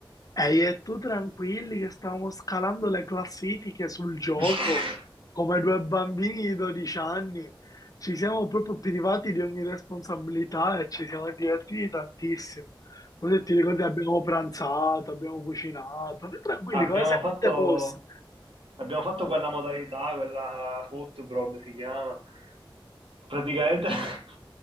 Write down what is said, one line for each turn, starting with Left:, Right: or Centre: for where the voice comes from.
Left: E io e tu tranquilli che stavamo scalando le classifiche sul gioco,
Right: Esatto.
Left: come due bambini di 12 anni, ci siamo proprio privati di ogni responsabilità e ci siamo divertiti tantissimo. Così ti ricordi, abbiamo pranzato, abbiamo cucinato, noi tranquilli,
Right: Abbiamo
Left: come se niente
Right: fatto,
Left: fosse.
Right: abbiamo fatto quella modalità, quella football si chiama. Praticamente, <laughs>